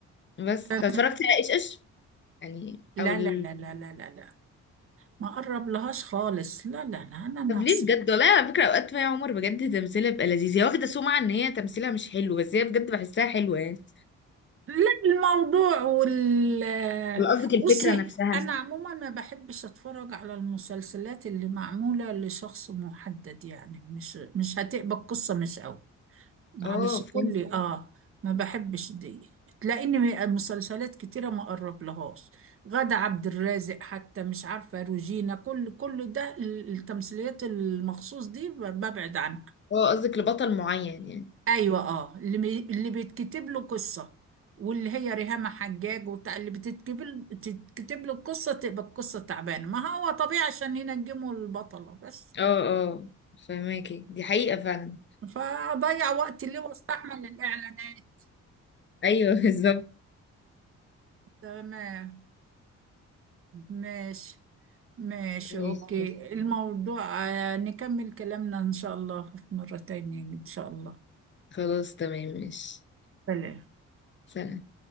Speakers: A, on the left; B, on the right.
A: بس
B: تمام
A: طب اتفرجتي على ايش ايش يعني
B: لا
A: او ال...
B: لا لا لا لا لا لا ما قرب لهاش خالص لا لا لا انا ناقص
A: طب ليه بجد والله على فكرة اوقات مي عمر بجد تمثيلها بيبقى لذيذ هي واخدة سمعة ان هي تمثيلها مش حلو بس هي بجد بحسها حلوة يعني
B: لا الموضوع وال
A: ولا قصدك الفكرة
B: بصي
A: نفسها
B: انا عموما ما بحبش اتفرج على المسلسلات اللي معموله لشخص محدد يعني مش مش هتقبل قصه مش قوي معلش
A: اه فهمت
B: كل اه ما بحبش دي تلاقيني مسلسلات كتيره ما اقرب لهاش غادة عبد الرازق حتى مش عارفه روجينا كل كل ده ال- التمثيليات المخصوص دي ب- ببعد عنها
A: اه قصدك لبطل معين يعني
B: ايوه اه اللي بي... اللي بيتكتب له قصه واللي هي ريهام حجاج وبتاع اللي بتتكتب تتكتب له القصه تبقى القصه تعبانه ما هو طبيعي عشان ينجموا البطله بس
A: اه اه فهماكي دي حقيقة فعلا
B: فاضيع وقتي ليه واستحمل الاعلانات
A: ايوه <laughs> بالظبط
B: تمام ماشي ماشي
A: ماشي
B: اوكي الموضوع آه، نكمل كلامنا ان شاء الله في مره تانية ان شاء الله
A: خلاص تمام ماشي
B: سلام
A: سلام